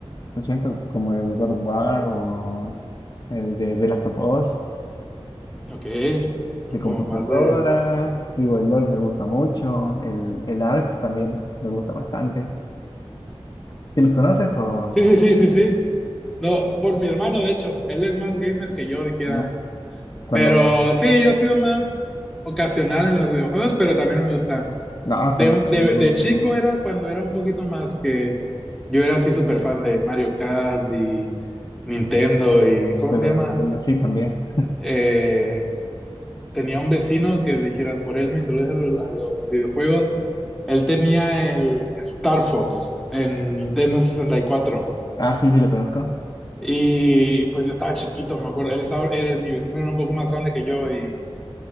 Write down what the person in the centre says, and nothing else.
Ok,
como más de...
Sí, sí, sí, sí, sí. No, por mi hermano, de hecho, él es más gamer que yo, dijera.
Pero sí, yo he sido más ocasional en los videojuegos, pero también me gustan.
De,
de,
de chico era cuando era un poquito más que yo era así súper fan de Mario Kart y Nintendo y ¿cómo
se llama?
Eh, tenía un vecino que dijera, por él me introduce a los, a los videojuegos. Él tenía el Star Fox en Nintendo sesenta y cuatro
Y pues yo estaba chiquito, me acuerdo. Él estaba, él- mi vecino era un poco más grande que yo y